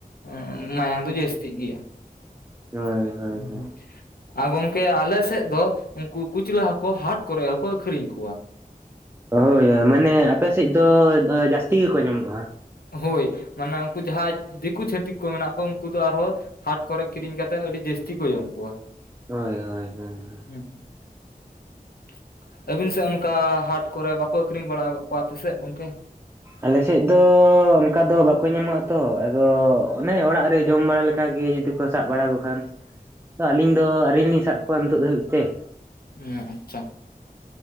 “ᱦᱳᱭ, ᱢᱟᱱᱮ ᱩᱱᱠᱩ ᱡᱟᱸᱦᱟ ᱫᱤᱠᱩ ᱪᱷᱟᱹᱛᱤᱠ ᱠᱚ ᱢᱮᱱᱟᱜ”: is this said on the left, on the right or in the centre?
Left